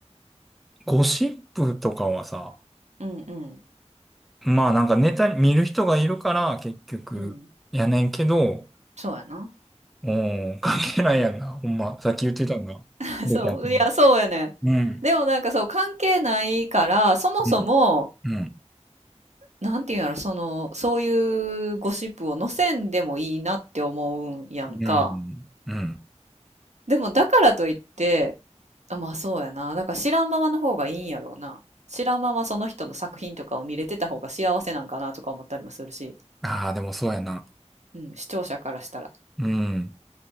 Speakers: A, in the centre; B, on the right.
A: ゴシップとかはさ、
B: うんうん
A: まあなんかネタ見る人がいるから結局やねんけど、
B: うんそうやな
A: うん、関係ないやんな。ほんま、さっき言ってたのが全てやと思
B: <laughs> そういやそうやねんでもなんかそう関係ないからそもそも
A: う。うん。うん。うん。
B: なんていうんやろ、その、そういうゴシップを載せんでもいいなって思うんやんか。
A: うん。うん。
B: でもだからといって、あ、まあそうやな。だから知らんままの方がいいんやろうな。知らんままその人の作品とかを見れてた方が幸せなんかなとか思ったりもするし、
A: ああ、でもそうやな。
B: うん、視聴者からしたら。
A: うん。